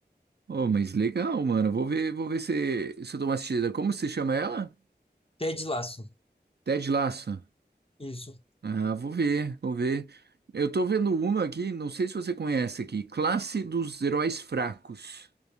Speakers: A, on the right; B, on the left.
A: Oh, mas legal, mano. Vou ver, vou ver se, se eu dou uma assistida. Como se chama ela?
B: Ted Lasso,
A: Ted Lasso.
B: isso.
A: Ah, vou ver, vou ver. Eu tô vendo uma aqui, não sei se você conhece aqui. Classe dos Heróis Fracos.